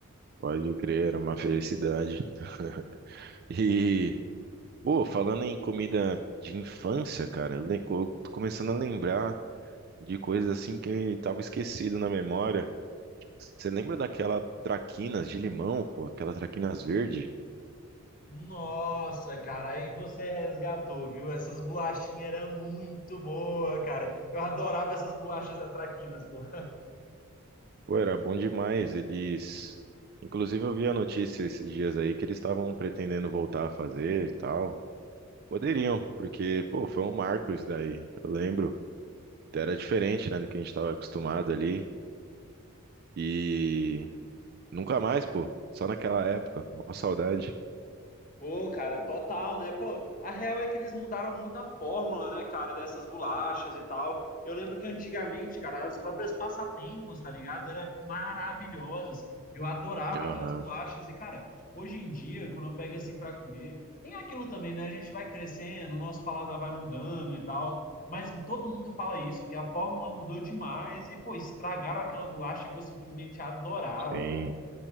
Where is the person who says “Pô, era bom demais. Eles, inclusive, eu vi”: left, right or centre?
Right